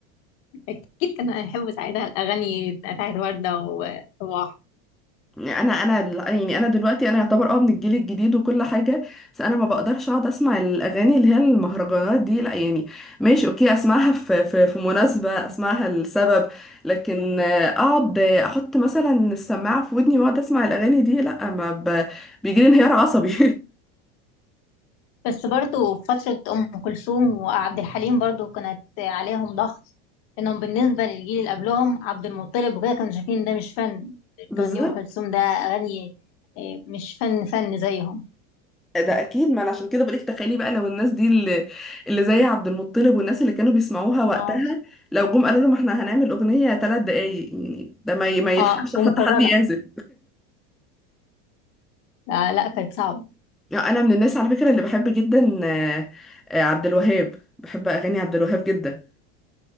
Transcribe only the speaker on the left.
اكيد كانوا هيحبوا ساعتها الاغاني بتاعت وردة وصباح
بس برضو في فترة أم كلثوم وعبد الحليم برضو كانت عليهم ضغط إنهم بالنسبة للجيل اللي قبلهم عبد المطلب وكده كانوا شايفين ده مش فن بتغني
أم كلثوم ده أغاني إيه، مش فن فن زيهم
اه
اه
ومكررة
آه لا كانت صعبة